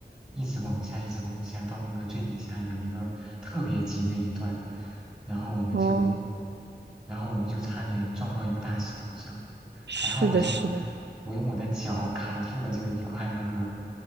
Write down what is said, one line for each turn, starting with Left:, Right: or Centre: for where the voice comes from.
Centre: 一直往下，一直往下，到那个最底下有一个特别急的一段，然后我们就，
Right: 哦，
Centre: 然后我们就差点撞到一个大石头上，
Right: 是的，
Centre: 还好我就
Right: 是的，
Centre: 我用我的脚卡住了，就一块那个，